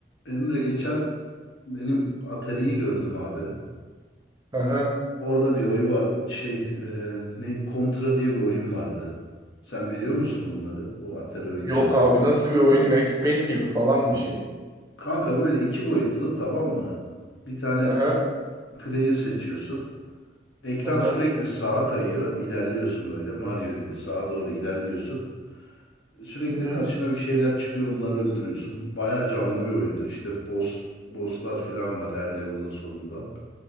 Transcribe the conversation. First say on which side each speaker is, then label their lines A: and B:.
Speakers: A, on the left (about 85°); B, on the right (about 20°).
A: Emre geçen benim Atari'yi gördüm abi.
B: Aha.
A: Orada bir oyu var. Şey e, ne Contra diye bir oyun vardı. Sen biliyor musun onları? O Atari oyunlarını.
B: Yok abi nasıl bir oyun? Max Payne gibi falan bir şey.
A: Kanka böyle iki boyutlu tamam mı? Bir tane
B: Aha.
A: player seçiyorsun. Ekran
B: Aha.
A: sürekli sağa kayıyor. İlerliyorsun böyle Mario gibi sağa doğru ilerliyorsun. Sürekli
B: Hı hı.
A: karşına bir şeyler çıkıyor onları öldürüyorsun. Bayağı canlı bir oyundu. İşte boss bosslar falan var her level'ın sonunda.